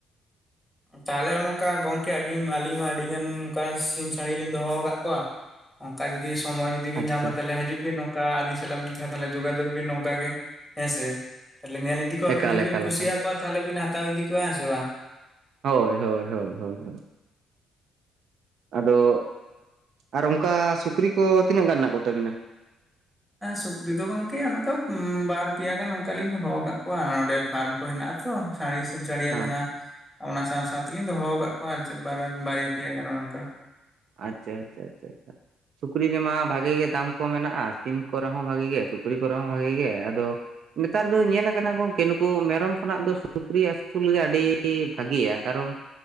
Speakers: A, in the centre; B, on the right (about 70°).
A: ᱛᱟᱦᱟᱞᱮ ᱚᱱᱝᱠᱟ ᱜᱚᱝᱠᱮ ᱟᱹᱰᱤ ᱟᱹᱞᱤᱧ ᱢᱟ ᱟᱹᱰᱤ ᱜᱟᱱ ᱚᱱᱠᱟ ᱥᱤᱢ ᱥᱟᱹᱲᱤ ᱞᱤᱧ ᱫᱚᱦᱚ ᱟᱠᱟᱫ ᱠᱚᱣᱟ, ᱚᱱᱠᱟ ᱡᱩᱫᱤ ᱥᱚᱢᱚᱭ ᱡᱩᱫᱤ ᱵᱤᱱ
B: ᱟᱪᱪᱷᱟ
A: ᱧᱟᱢᱟ ᱛᱟᱦᱚᱞᱮ ᱦᱤᱡᱩᱜ ᱵᱤᱱ᱾ ᱠᱟ ᱟᱞᱤᱧ ᱥᱟᱞᱟᱜ ᱢᱤᱫᱷᱟᱮ ᱛᱟᱦᱟᱞᱮ ᱡᱳᱜᱟᱡᱳᱜᱽ ᱵᱤᱱ ᱱᱚᱝᱠᱟ ᱜᱮ ᱦᱮᱸᱥ ᱛᱟᱦᱮᱞ ᱧᱮᱞ ᱤᱫᱤ, ᱠᱚᱣᱟᱵᱤᱱ
B: ᱮᱠᱟᱞ
A: ᱡᱫᱤ ᱵᱤᱱ
B: ᱮᱠᱟᱞ
A: ᱠᱩᱥᱤᱭᱟ
B: ᱮᱠᱟᱞ
A: ᱠᱚᱣᱟ ᱛᱟᱦᱟᱞᱮ ᱵᱤᱱ ᱦᱟᱛᱟᱣ ᱤᱫᱤ ᱠᱚᱣᱟ ᱦᱮᱸ ᱥᱮ ᱵᱟᱝ?
B: ᱦᱳᱭ ᱦᱳᱭ ᱦᱳᱭ ᱦᱳᱭ᱾ ᱟᱫᱚ ᱟᱨ ᱚᱱᱠᱟ ᱥᱩᱠᱨᱤ ᱠᱚ ᱛᱤᱱᱟᱹᱜ ᱜᱟᱱ ᱢᱮᱱᱟᱜ ᱠᱚᱛᱟᱵᱤᱱᱟ?
A: ᱥᱩᱠᱨᱤ ᱫᱚ ᱜᱚᱝᱠᱮ ᱚᱱᱠᱟ ᱵᱟᱨ ᱯᱮᱭᱟ ᱜᱟᱱ ᱚᱱᱠᱟᱞᱤᱧ ᱫᱚᱦᱚᱣᱟ ᱟᱠᱟᱫ ᱠᱚᱣᱟ ᱱᱚᱸᱰᱮ, ᱯᱷᱟᱨᱢ ᱠᱚ ᱦᱮᱱᱟᱜᱼᱟ ᱛᱚ ᱥᱟᱬ, ᱥᱤᱢ ᱥᱟᱹᱲᱤᱭᱟᱜ
B: ᱦᱮᱸ
A: ᱡᱟᱦᱟᱸ ᱚᱱᱟ ᱥᱟᱶ ᱥᱟᱶᱛᱮᱞᱤᱧ ᱫᱚᱦᱚ ᱟᱠᱟᱫ ᱠᱚᱣᱟ ᱟᱨ ᱪᱮ ᱵᱟᱨᱭᱟ ᱯᱮᱭᱟ ᱜᱟᱱ ᱱᱚᱝᱠᱟ᱾
B: ᱟᱪᱪᱷᱟ ᱟᱪᱪᱷᱟ ᱥᱩᱠᱨᱤ ᱨᱮᱢᱟ ᱵᱷᱟᱜᱤ ᱜᱮ ᱫᱟᱢ ᱠᱚ ᱢᱮᱱᱟᱜᱼᱟ᱾ ᱥᱤᱢ ᱠᱚᱨᱮ ᱦᱚᱸᱚᱸᱼᱼ ᱵᱷᱟᱜᱤ ᱜᱮ ᱥᱩᱠᱨᱤ ᱠᱚᱨᱮ ᱦᱚᱸ ᱵᱷᱟᱜᱤ ᱜᱮ ᱟᱫᱚᱼᱼ ᱱᱮᱛᱟᱨ ᱫᱚ ᱧᱮᱞ ᱠᱟᱱᱟ ᱜᱚᱝᱠᱮ ᱱᱩᱠᱩ ᱢᱮᱨᱚᱢ ᱠᱷᱚᱱᱟᱜ ᱫᱚ ᱥᱩᱠᱨᱤ ᱟᱹᱥᱩᱞ ᱜᱮ ᱟᱹᱰᱤ ᱵᱷᱟᱹᱜᱤᱭᱟ ᱠᱟᱨᱚᱱᱼᱼ